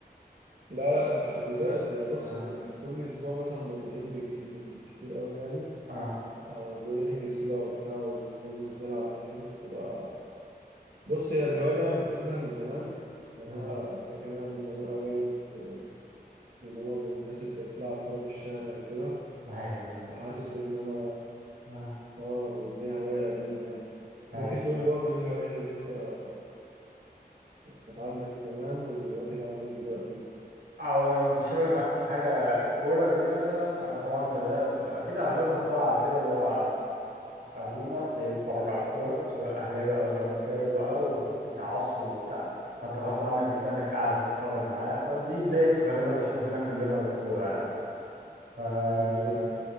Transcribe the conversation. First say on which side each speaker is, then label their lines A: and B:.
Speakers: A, on the right; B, on the right.
A: لا لا كحجوزات يعني بص
B: آه
A: كل اسبوع مثلا مرتين بك- بالكتير قوي يعني
B: آه
A: آه، بنحجز كده وبتاع وبننزل نلعب يعني بتبقى بص هي الهوايه دي انا مكتسبها من زمان يعني
B: آه.
A: انا فاكر ان انا من زمان قوي يعني كنت من هما من الناس اللي كانت بتلعب كوره في الشارع وكده
B: أيوه أيوه
A: فحاسس ان انا
B: آه.
A: اه ان هي هوايه قديمه يعني
B: ايوه
A: ممكن تقولي برضه ايه الهوايات اللي انت كانت عندك زمان والهوايات اللي عندك دلوقتي مثلا
B: او انا متشابه معاك في حاجه الكوره دي مثلا انا طبعا طلعت اكيد اغلبنا طلع على كده اللي هو ابونا تلاقيه بيتفرج على كوره سواء اهلاوي او زملكاوي بقى وفي تعصب وبتاع فانت غصب عنك بتلاقي انك قاعد هتتفرج معاه فدي بدايه غالبا شدنا كلنا للكوره يعني
A: بالظبط